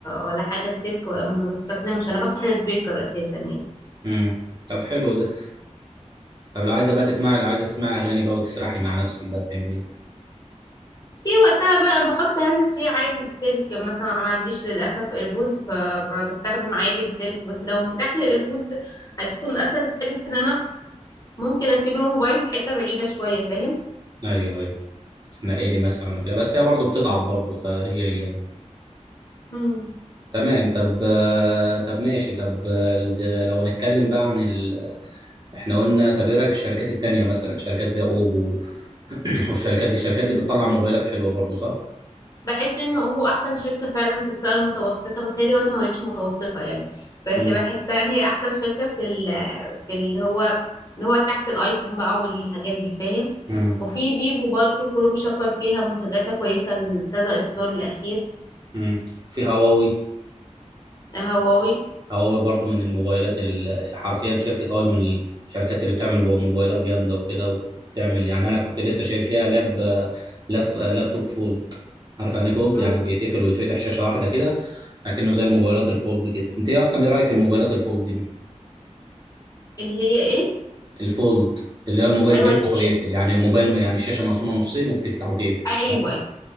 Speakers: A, on the left; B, on the right.
A: ولا حاجة السلك ولا ما بستخدمش انا بفتح السبيكر اساسا يعني
B: امم طب حلو ده طب لو عايزه بقى تسمعي لو عايزه تسمعي اغاني بقى وتسرحي مع نفسك بقى بتعملي ايه
A: كي وقتها بقى بحط هاند فري عادي بسلك مثلا ما عنديش للاسف ايربودز فبستخدم عادي بسلك بس لو متاح لي ايربودز هتكون اسهل في حته ان انا ممكن اسيب الموبايل في حته بعيده شويه فاهم
B: ايوه ايوه تنقلي لي مثلا وكده بس هي برضه بتضعف برضه فهي هي
A: امم
B: تمام طب آه، طب ماشي طب آه، ال- لو هنتكلم بقى عن ال... احنا قلنا طب ايه رايك في الشركات التانية مثلا شركات زي اوبو <coughs> <clears throat> والشركات دي الشركات دي بتطلع موبايلات حلوه برضه صح؟
A: بحس ان اوبو احسن شركه فعلا في الفئه المتوسطه بس هي دلوقتي ما بقتش متوسطه يعني بس
B: امم
A: بحسها ان هي احسن شركه في ال في اللي هو اللي هو تحت الايفون بقى والحاجات دي فاهم
B: امم
A: وفي فيفو برضو كله بيشكر فيها منتجاتها كويسه لكذا اصدار الاخير
B: امم في هواوي
A: هواوي
B: هواوي برضو من الموبايلات ال- حرفيا شركة هواوي من الشركات اللي بتعمل مو- موبايلات جامدة وكده وبتعمل يعني أنا كنت لسه شايف ليها لاب لاب لابتوب فولد عارف يعني فولد
A: امم
B: يعني بيتقفل ويتفتح شاشة واحدة كده لكنه زي الموبايلات الفولد كده أنت إيه أصلا إيه رأيك في الموبايلات الفولد دي
A: اللي هي ايه
B: الفولد اللي هو الموبايل
A: ايوه
B: بيفتح
A: اللي هي
B: ويقفل
A: ايه
B: يعني موبايل يعني الشاشة مقسومة نصين وبتفتح وتقفل
A: ايوه
B: فاهم؟
A: ايوه